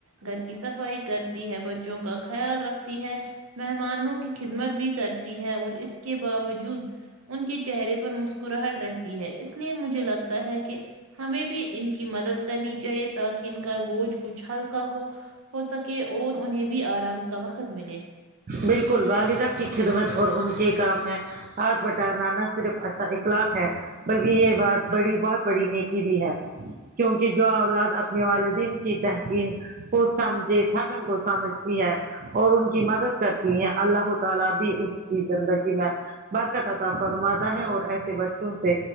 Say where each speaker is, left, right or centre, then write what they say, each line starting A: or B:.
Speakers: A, on the right; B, on the right.
A: گھر کی صفائی کرتی ہے بچوں کا خیال رکھتی ہے مہمانوں کی خدمت بھی کرتی ہے اور اس کے باوجود ان کے چہرے پر مسکراہٹ رہتی ہے اس لیے مجھے لگتا ہے کہ ہمیں بھی ان کی مدد کرنی چاہیے تاکہ ان کا بوجھ کچھ ہلکا ہو ہو سکے اور انہیں بھی آرام کا وقت ملے
B: بالکل والدہ کی خدمت اور ان کے کام میں ہاتھ بٹانہ نا صرف اچھا اخلاق ہے بلکہ یہ بات بڑی بہت بڑی نیکی بھی ہے کیونکہ جو اولاد اپنے والدین کی بہترین کو سمجھے تھکن کو سمجھتی ہے اور ان کی مدد کرتی ہیں اللہ تعالی بھی اس کی زندگی میں برکت عطا فرماتا ہے اور ایسے بچوں سے